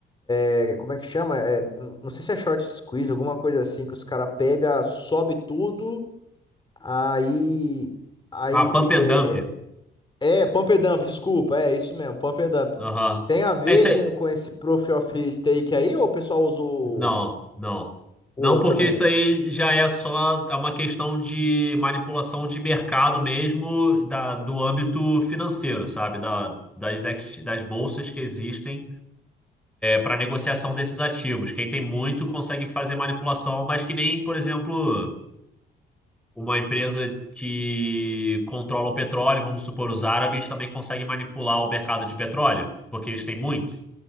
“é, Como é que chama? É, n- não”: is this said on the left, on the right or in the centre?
Left